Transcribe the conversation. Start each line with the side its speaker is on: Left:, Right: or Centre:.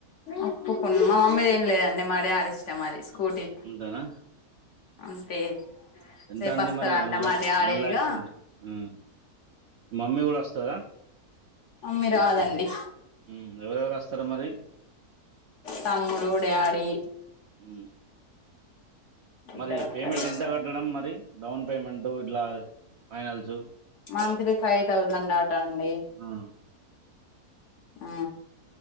Left: ఒప్పుకు మా మమ్మీ దేమిలేదండి మా డాడీ ఇష్టం అది స్కూటీ
Right: అంతేనా
Left: అంతే
Right: ఎంతండి
Left: రేపు వస్తాడంట
Right: మరి వన్లాక్
Left: మా డాడీ
Right: వన్లాక్
Left: ఇగ
Right: ట్వంటీ ఉమ్ మమ్మీ కూడా వస్తద
Left: మమ్మీ రాదండి
Right: ఉమ్ ఎవరెవరు వస్తారు మరి
Left: తమ్ముడు డాడీ
Right: హ్మ్.
Left: ఇద్దరు
Right: మరి
Left: వత్తరు
Right: పేమెంట్
Left: ఇగ
Right: ఎంత కట్టడం మరి డౌన్ పేమెంట్ ఇట్లా ఫైనల్సు
Left: మంత్లీ ఫైవ్ థౌజండ్ ఆట అండి
Right: ఆ!
Left: ఆ